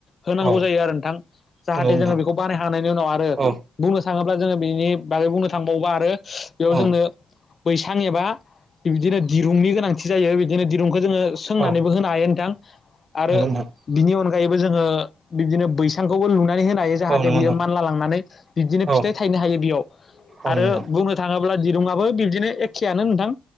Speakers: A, on the left (about 45°); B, on the right (about 30°).
A: होनांगौ
B: औ
A: जायो आरो नोंथां। जाहाथे
B: नंगौ नोंथां
A: जोङो बेखौ बानाय हांनायनि उनाव आरो
B: औ
A: बुंनो थाङोब्ला जोङो बिनि बागै बुंनो थांबावोबा आरो बेयाव जोंनो
B: औ
A: बैसां एबा बिबदिनो दिरुंनि गोनां थि जायो बिदिनो दिरुंखौ जोङो सोंनानैबो
B: औ
A: होनो हायो नोंथां
B: नंगौ
A: आरो
B: नोंथां
A: बिनि अनगायैबो जोङो बिबदिनो बैसांखौबो लु नानै मोनो हायो जाहाथे
B: औ नंगौ नोंथां
A: बियो मानला लांनानै बिदिनो
B: औ
A: फिथाइ थायनो हायो बेयाव
B: औ
A: आरो
B: नंगौ नोंथां
A: बुंनो थाङो ब्ला दिरुङाबो बिबदिनो एखेआनो नोंथां।